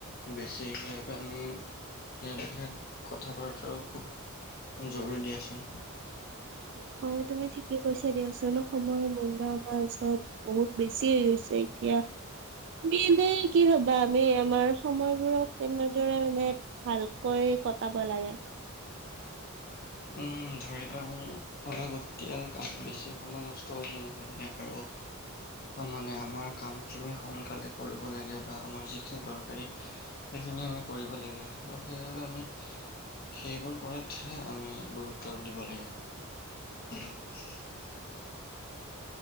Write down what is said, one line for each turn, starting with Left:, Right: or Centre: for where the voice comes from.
Left: বেছি আমি ইয়াৰ বিষয়ে কথা বাৰতৰাও খুব জৰুৰী দিয়াচোন।
Right: হয় তুমি ঠিকে কৈছা দিয়াচোন সময় মূল বা আমাৰ ওচৰত বহুত বেছি হৈ গৈছে এতিয়া। তুমি এনেই কি ভবা আমি আমাৰ সময়বোৰক কেনেদৰে মানে ভালকৈ কটাব লাগে।
Left: উম, ধৰি লোৱা আমি অলাগতিয়াল কামত বেছি সময় নষ্ট কৰিব নালাগে আৰু মানে আমাৰ কামখিনি সোনকালে কৰিব লাগে বা আমাৰ যিখিনি দৰকাৰী সেইখিনি আমি কৰিব লাগে সেইবাবে আমি সেইবোৰ কৰা হে আমি গুৰুত্ব দিব লাগে। <inaudible>